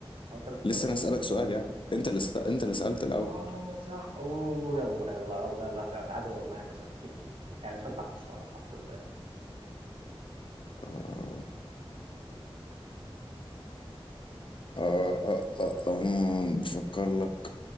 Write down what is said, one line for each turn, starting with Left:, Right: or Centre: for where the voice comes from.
Right: هو انت اللي كنت
Left: لسه
Right: بادئ
Left: انا
Right: ولا
Left: اسالك سؤال يعني
Right: ماشي
Left: انت اللي ست... انت اللي سالت الاول
Right: اه صح اوه يلا يلا يلا يلا هتعادل والله هكسب <laughs> يعني مش هطلع خسران الحمد لله
Left: آه. آه آه آه آه آه. بفكر لك